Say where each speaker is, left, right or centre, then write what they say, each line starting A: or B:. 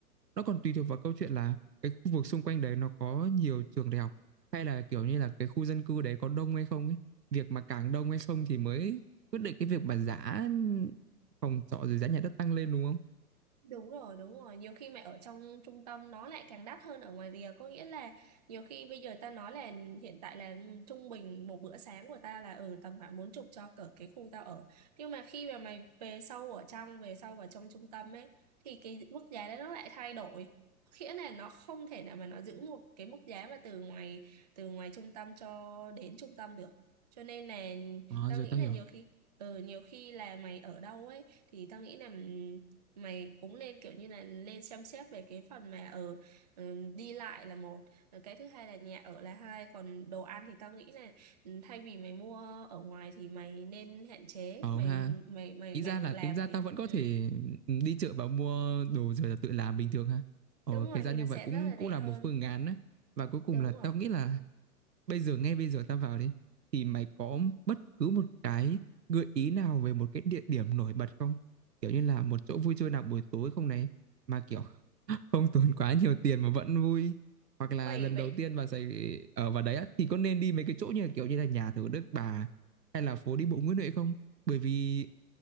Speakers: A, on the right; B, on the right.
A: nó còn tùy thuộc vào câu chuyện là cái khu vực xung quanh đấy nó có nhiều trường đại học hay là kiểu như là cái khu dân cư đấy có đông hay không ấy việc mà càng đông hay không thì mới quyết định cái việc mà giá phòng trọ rồi giá nhà đất tăng lên đúng không
B: Đúng rồi, đúng rồi. Nhiều khi mà ở trong trung tâm nó lại càng đắt hơn ở ngoài rìa. Có nghĩa là nhiều khi bây giờ ta nói là hiện tại là ừ, trung bình một bữa sáng của ta là ở tầm khoảng bốn chục cho cỡ cái khu tao ở. Nhưng mà khi mà mày về sâu ở trong, về sâu vào trong trung tâm ấy, thì cái mức giá đó nó lại thay đổi. Có Nghĩa là nó không thể nào mà nó giữ một cái mức giá mà từ ngoài từ ngoài trung tâm cho đến trung tâm được. Cho nên là
A: ờ
B: tao
A: rồi
B: nghĩ
A: tao
B: là
A: hiểu
B: nhiều khi ừ, nhiều khi là mày ở đâu ấy thì tao nghĩ là ừ, mày cũng lên kiểu như là lên xem xét về cái phần mà ở ừm, đi lại là một Rồi cái thứ hai là nhà ở là hai còn đồ ăn thì tao nghĩ là ừm, thay vì mày mua ở ngoài thì mày nên hạn chế
A: ờ
B: mày
A: ha
B: mày mày
A: Ý
B: mày
A: ra là
B: tự làm
A: tính ra
B: thì
A: tao vẫn có
B: ừ.
A: thể, ừ, đi chợ và mua đồ rồi là tự làm bình thường ha. Ờ,
B: đúng rồi
A: cái ra
B: thì
A: như
B: nó
A: vậy
B: sẽ
A: cũng
B: rất là
A: cũng
B: rẻ
A: là
B: hơn
A: một phương án á. Và cuối cùng
B: đúng
A: là tao
B: rồi
A: nghĩ là bây giờ ngay bây giờ tao vào đi, thì mày có bất cứ một cái gợi ý nào về một cái địa điểm nổi bật không? Kiểu như là một chỗ vui chơi nào buổi tối không này, mà, kiểu, <laughs> không tốn quá nhiều tiền mà vẫn vui. Hoặc là
B: Ôi
A: lần
B: vậy
A: đầu tiên vào Sài ở vào đấy á, thì có nên đi mấy cái chỗ như là, kiểu như là, nhà thờ Đức Bà hay là phố đi bộ Nguyễn Huệ không? Bởi vì